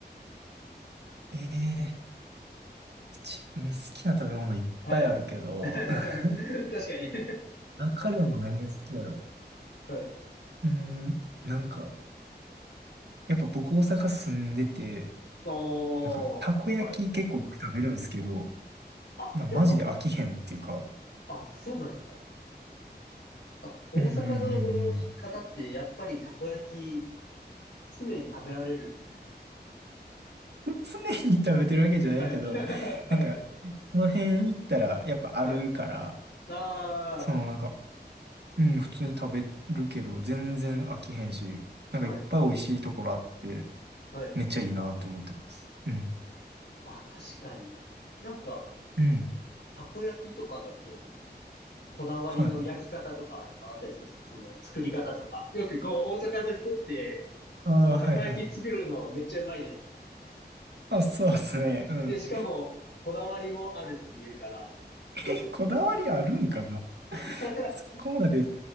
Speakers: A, on the right (about 75°); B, on the left (about 85°).
A: ええ一、うん、好きな食べ物いっぱいあるけど、
B: はい。<laughs> 確かに
A: <laughs> 中でも何が好きだろ
B: はい。
A: ううん、なんか、やっぱ僕大阪住んでて、
B: おー、
A: なんか、たこ焼き結構よく食べるんですけど、
B: はい。あ、
A: なんかマジで飽きへんっていうか、
B: やっぱ、あ、そうなんですか。あ、大阪の方ってやっぱりたこ焼き
A: うんうんうんうん。
B: 常に食べられるんです。
A: 常に食べてるわけじゃないけど、
B: はい。<laughs> はい。
A: なんか、この辺行ったらやっぱあるから、
B: はい。あ
A: そのなんかうん、普通に食べるけど、全然飽きへんし、なんかいっぱい美味しいところあって、
B: あ、はい。はい。
A: めっちゃいいなって思ってます。うん。
B: あ、確かに。なんか、
A: うん。
B: たこ焼きとかだと、こだわりの焼き方とか、
A: はい。
B: とかあったりするんですかその作り方とか。よくこう、大阪の人って、
A: ああ、
B: こう、たこ焼き作るのめっちゃうまいじゃないですか。
A: はいはい。あ、そうですね。うん。
B: で、しかも、こだわりもあるっていうから、
A: <laughs>
B: なんか、
A: こだわりあるんかな
B: <laughs>
A: <laughs> そこまで